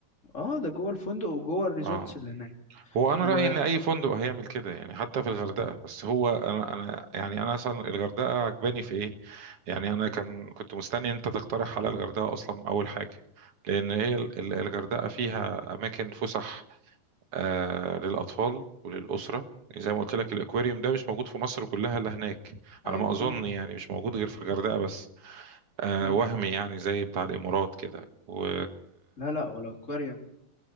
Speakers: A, on the left; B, on the right.
A: اه ده جوه الفندق وجوه الريزورتس
B: اه
A: اللي هناك
B: هو انا
A: و
B: رايي ان اي فندق هيعمل كده يعني حتى في الغردقه بس هو انا انا يعني انا اصلا الغردقه عجباني في ايه يعني انا كان كنت مستني إن انت تقترح على الغردقه اصلا اول حاجه لان هي ال- ال- الغردقه فيها اماكن فسح آه للاطفال وللاسره يعني زي ما قلت لك الاكواريوم ده مش موجود في مصر كلها الا هناك
A: أيوه
B: على ما اظن
A: أيوه
B: يعني مش موجود غير في الغردقه بس آه
A: أيوه
B: وهمي يعني زي بتاع الامارات كده و
A: لا لا هو الأكواريوم